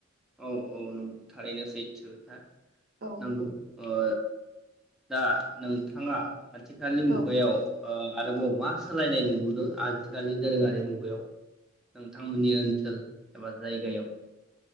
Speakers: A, in the centre; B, on the right (about 50°).
A: औ औ नों थारैनो सैथो खोथा।
B: औ
A: नोंगौ ओ दा नोंथाङा आथिखालनि मुगायाव
B: औ ओ
A: ओ आरोबाव मा सालायनाय नुबोदो आथिखालनि दोरोङारि मुगायाव थांमोननि ओनसोल एबा जायगायाव।